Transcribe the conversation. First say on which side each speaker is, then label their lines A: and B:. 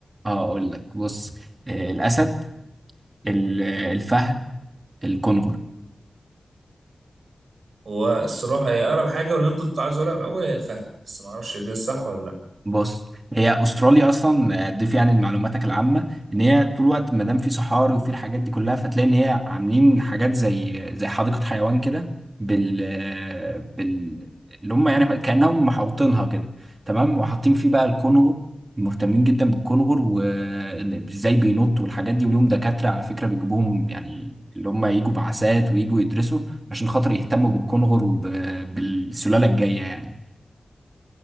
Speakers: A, on the right (about 25°); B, on the right (about 75°).
A: اه اقول لك بص آه، الاسد ال- الفهد الكنغر
B: والصراحة هي أقرب حاجة واللي أنا كنت عايز أقولها من الأول هي الفهد بس ما أعرفش كده صح ولا
A: بص هي استراليا اصلا آه، ضيف يعني لمعلوماتك العامه ان هي طول الوقت ما دام في صحاري وفي الحاجات دي كلها فتلاقي ان هي عاملين حاجات زي زي حديقه حيوان كده بال آه، بال اللي هم يعني كانهم محوطينها كده تمام وحاطين فيه بقى الكونغر
B: لأ
A: مهتمين جدا بالكونغر وازاي بينط والحاجات دي وليهم دكاتره على فكره بيجيبوهم يعني اللي هم يجوا بعثات ويجوا يدرسوا عشان خاطر يهتموا بالكونغر وبالسلاله الجايه يعني